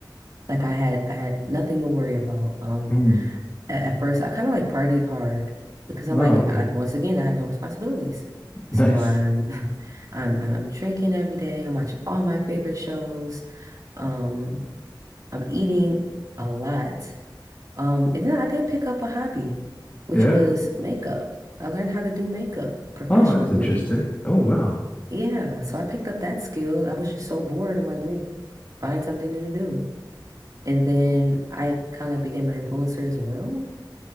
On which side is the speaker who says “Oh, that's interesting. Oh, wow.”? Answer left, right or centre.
Left